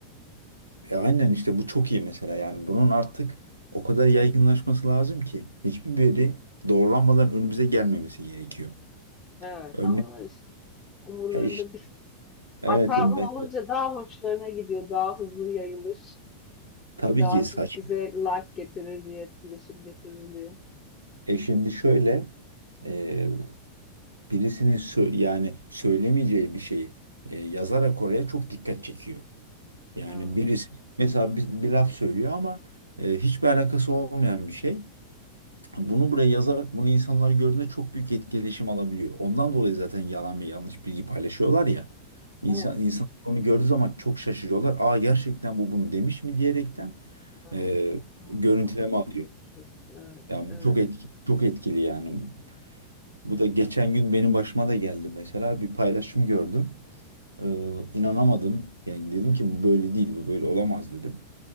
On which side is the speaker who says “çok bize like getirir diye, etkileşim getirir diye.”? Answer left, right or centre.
Left